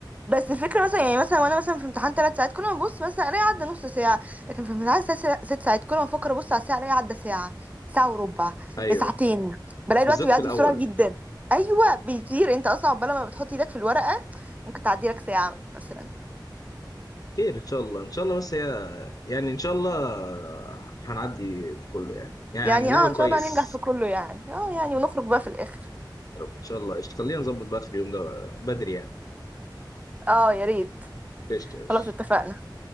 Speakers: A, on the right; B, on the left.
A: بس الفكره مثلا يعني مثلا وانا مثلا في امتحان ثلاث ساعات كل ما ابص مثلا الاقي عدى نص ساعه لكن في امتحان ست ست ساعات كل ما افكر ابص على الساعه الاقي عدى ساعه ساعه وربع
B: ايوه
A: ساعتين بلاقي
B: بالذات
A: الوقت بيعدي
B: في الاول
A: بسرعه جدا ايوه بيطير انت اصلا عقبال ما بتحط ايدك في الورقه ممكن تعدي لك ساعه مثلا
B: خير ان شاء الله ان شاء الله بس هي يعني ان شاء الله هنعدي في كله يعني يعني
A: يعني
B: نعمل
A: اه ان
B: كويس
A: شاء الله هننجح في كله يعني اه يعني ونخرج بقى في الاخر
B: يا رب ان شاء الله قشطة خلينا نظبط بقى في اليوم ده بدري يعني
A: اه يا ريت
B: قشطة قشطة
A: خلاص اتفقنا